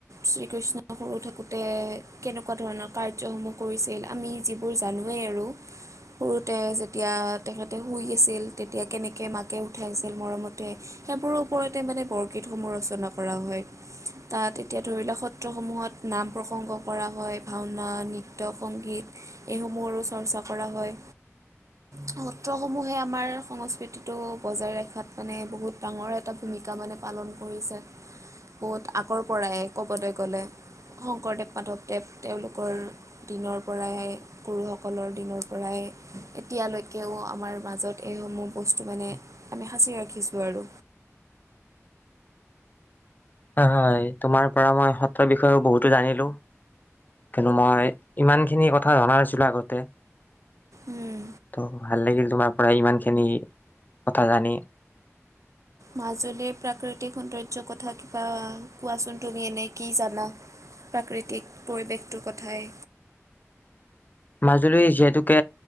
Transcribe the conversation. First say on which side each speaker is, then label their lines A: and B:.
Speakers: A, on the right; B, on the left.
A: শ্ৰীকৃষ্ণ সৰু থাকোঁতে কেনেকুৱা ধৰণৰ কাৰ্যসমূহ কৰিছিল আমি যিবোৰ জানোৱেই আৰু সৰুতে যেতিয়া তেখেতে শুই আছিল তেতিয়া কেনেক কে মাকে উঠাইছিল মৰমতে সেইবোৰৰ ওপৰতে মানে বৰগীতসমূহ ৰচনা কৰা হয়। তাত এতিয়া ধৰি লোৱাক সত্ৰসমূহত নাম প্ৰসংগ কৰা হয়। ভাওনা নৃত্য সংগীত এইসমূহৰো চৰ্চা কৰা হয় সত্ৰসমূহে আমাৰ সংস্কৃতিত টো বজাই ৰখাত মানে বহুত ডাঙৰ এটা ভূমিকা মানে পালন কৰিছে। বহুত আগৰ পৰাই ক'বলৈ গ'লে শংকৰদেৱ মাধৱদেৱ তেওঁলোকৰ দিনৰ পৰাই গুৰুসকলৰ দিনৰ পৰাই এতিয়ালৈকেও আমাৰ মাজত এইসমূহ বস্তু টো মানে আমি সাঁচি ৰাখিছোঁ আৰু
B: হয় হয় তোমাৰ পৰা মই সত্ৰৰ বিষয়েও বহুতো জানিলো কিন্তু মই ইমানখিনি কথা জনা নাছিলো আগতে
A: উম,
B: ত' ভাল লাগিল তোমাৰ পৰা ইমানখিনি কথা জানি
A: মাজুলীৰ প্ৰাকৃতিক সৌন্দৰ্যৰ কথা কিবা কোৱাচোন তুমি এনে কি জানা প্ৰাকৃতিক পৰিৱেশটোৰ কথাই?
B: মাজুলী যিহেতুকে।